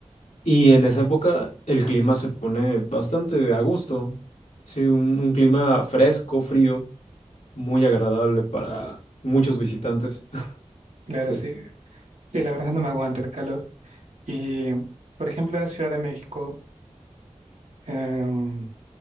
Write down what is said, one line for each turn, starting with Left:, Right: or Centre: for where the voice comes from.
Left: y en esa época el clima se pone bastante a gusto. Sí, un, un clima fresco, frío, muy agradable para muchos visitantes.
Right: Claro,
Left: Sí.
Right: sí, sí, la verdad no me aguanto el calor. Y, por ejemplo, en la Ciudad de México, em,